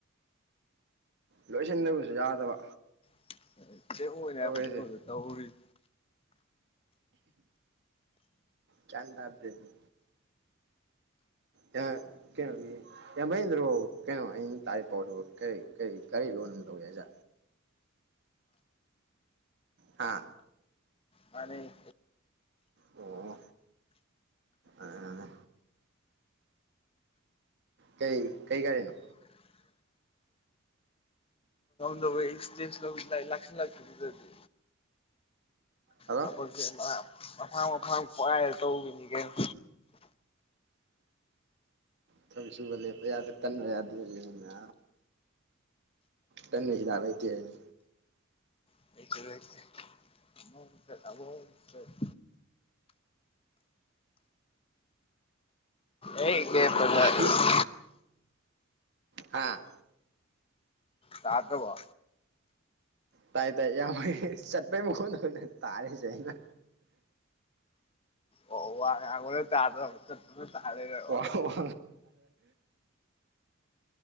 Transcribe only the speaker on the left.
<unintelligible>
ꯇꯧꯔꯤ
ꯃꯅꯤ
ꯗ ꯩ ꯏꯁꯇꯦꯁ ꯂ ꯂ ꯂꯥꯛ ꯂꯥꯛꯗꯤ <unintelligible>
ꯊꯕꯛꯁꯦ ꯃꯐꯥꯡ ꯃꯐꯥꯡ ꯈ꯭ꯋꯥꯏꯔ ꯇꯧꯕꯅꯤ ꯀꯩꯅꯣ
<unintelligible> ꯑꯕꯣ <unintelligible> ꯑꯩ ꯀꯦ ꯃꯖ
<unintelligible>
ꯇꯥꯗ꯭ꯔꯕꯣ
ꯑꯣ ꯋꯥ ꯉꯥꯡꯕꯅ ꯇꯥꯗꯔ꯭ꯕ ꯑꯝꯇ ꯇꯥꯔꯦꯒ